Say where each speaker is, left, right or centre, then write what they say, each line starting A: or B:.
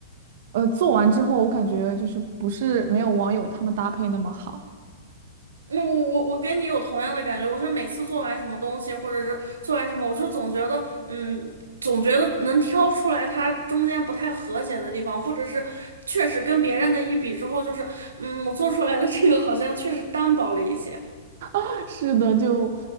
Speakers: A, on the right; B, on the right.
A: 呃做完之后我感觉就是不是没有网友他们搭配那么好。
B: 那我我我跟你有同样的感觉，我是每次做完什么东西，或者是做完什么，我就总觉得，嗯，总觉得能挑出来它中间不太和谐的地方，或者是确实跟别人的一比之后，就是，嗯，我做出来的这个好像确实单薄了一些。
A: <laughs> 是的，就